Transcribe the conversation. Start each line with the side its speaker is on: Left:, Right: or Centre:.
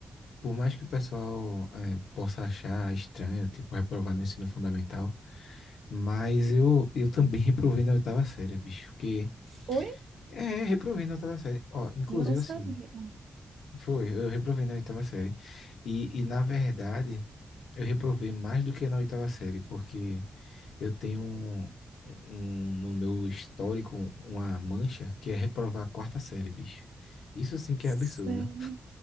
Left: por mais que o pessoal eh, possa achar estranho, tipo, reprovar no ensino fundamental, Mas eu, eu também <laughs> reprovei na oitava série, bicho. Porque.
Right: Foi?
Left: É, reprovei na oitava série. Ó, inclusive
Right: Não sabia.
Left: assim. Foi, eu reprovei na oitava série. E, e na verdade, eu reprovei mais do que na oitava série, porque eu tenho um, um- um, no meu histórico uma mancha que é reprovar a quarta série, bicho. Isso sim que
Right: Sério.
Left: é absurdo.